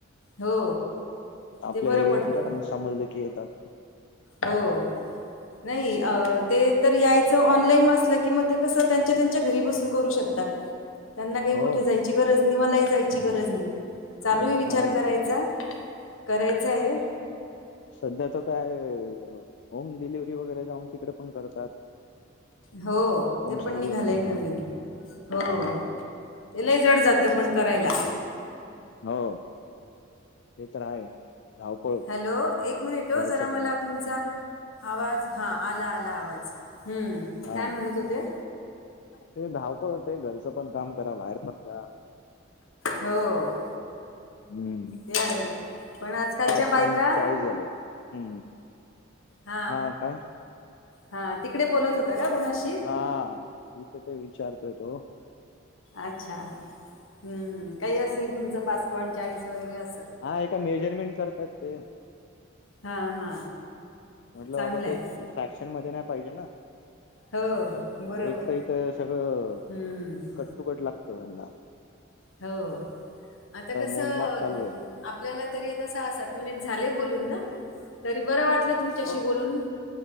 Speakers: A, on the left; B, on the left.
A: हो.
B: आपल्या
A: ते बरं
B: एरियातले
A: पडतं
B: पण समजलेखी येतात.
A: हो, नाही ते तर यायचं ऑनलाईन असलं की मग ते कस त्यानं चे त्यांचे घरी बसून करू शकतात त्यांना काय
B: हो
A: कुठे जायची गरज मी मलाही जायची गरज नाही. चालूय विचार
B: नाही
A: करायचा करायचा आहे.
B: सध्या तर काय होम डिलिव्हरी वऊ वगैरे जाऊन तिकडं पण करतात
A: हो
B: होम
A: ते
B: सर्वेच
A: पण निघालंय
B: देतात.
A: नवीन हो ते लय जड जातं पण करायला.
B: हो, ते तर आहे. धावपळ होते
A: हॅलो एक मिनिट हो
B: घरचं
A: जरा मला
B: करा
A: तुमचा आवाज हा आला आला आवाज हम्म
B: हा
A: काय म्हणत होते.
B: ते धावपळ होते घरचं पण काम करा बाहेर पण जा.
A: हो.
B: हम्म
A: ते आहे पण आजकालच्या
B: पाच
A: बायका
B: पॉइंट चाळीस झाले हम्म.
A: ह
B: हा काय
A: हा तिकडे बोलत होता का कोुणाशी.
B: हा मीथ तीथ विचारतोय तो.
A: अच्छा हम्म काही असेल तुमचं पाच पॉईट चाळीस वगैरे अस
B: हा एका मेजरमेंट करतात ते.
A: हा हा.
B: म्हटलं
A: चांगलंय
B: बाबा ते फॅक्शन मध्ये नाही पाहिजे ना.
A: हो बरोबर.
B: एकत इथ सगळं
A: हम्म
B: कट टु कट लागतं यांला.
A: हो आता कस
B: मोजमाप
A: हम्म
B: चालू आहे.
A: आप. आपल्याला तरी आता सहा सात मिनीटे झाले बोलून ना? तरी बरं वाटलं तुमच्याशी
B: हो
A: बोलून